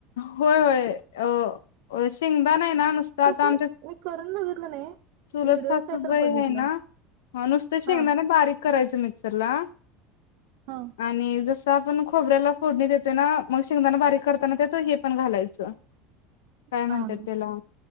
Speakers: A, on the left (about 85°); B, on the right (about 65°).
A: होय होय अ शेंगदा नाही ना नुसतं आता
B: कुठं
A: आमच्या
B: मी करून बघितलं नाही.
A: चुलत
B: व्हिडिओ
A: सासुबाई
B: काय तर बघितलाय
A: आहे ना नुसत शेंगदाना
B: हा
A: बारीक करायचं मिक्सरला
B: हा
A: आणि जस आपण खोबऱ्याला फोडणी देतोय ना मग शेंगदाणा बारीक करताना त्यात हे पण घालायचं. काय म्हणतात
B: हा हा
A: त्याला